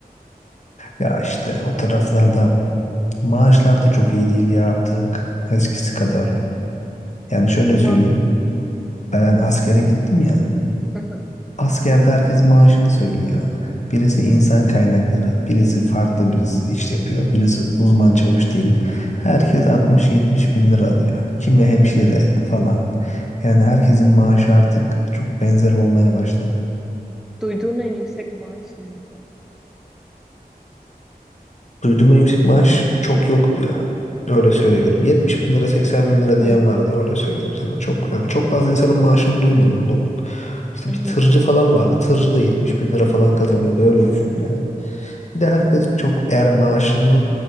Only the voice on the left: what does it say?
Ya işte o taraflarda maaşlar da çok iyi değil ya artık eskisi kadar. Yani şöyle söyleyeyim.
Ben askere gittim ya.
Askerde herkes maaşını söylüyor. Birisi insan kaynakları, birisi farklı birisi iş yapıyor, birisi uzman çavuş diyelim. Herkes 60-70 bin lira alıyor. Kimi hemşire falan. Yani herkesin maaşı artık çok benzer olmaya başladı.
Duyduğum en yüksek maaş çok yoktu ya. Öyle söyleyebilirim. 70 bin lira, 80 bin lira
diyen vardı. Öyle söyleyeyim sana. Çok yani çok fazla insanın maaşını duymadım. Nok- İşte
bir tırcı falan vardı. Tırcı da 70 bin lira falan kazanıyordu. Öyle düşün Bir de herkes çok eğer maaşını